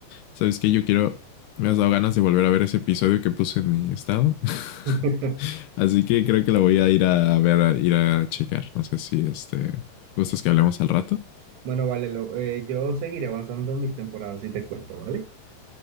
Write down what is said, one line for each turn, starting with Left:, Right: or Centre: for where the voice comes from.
Left: ¿Sabes qué? Yo quiero. Me has dado ganas de volver a ver ese episodio que puse en mi estado.
Right: <laughs>
Left: <laughs> así que creo que la voy a ir a ver, a ir a checar. No sé si este. ¿Gustas que hablemos al rato?
Right: Bueno, vale, lo- eh, yo seguiré avanzando en mis temporadas y te cuento, ¿vale?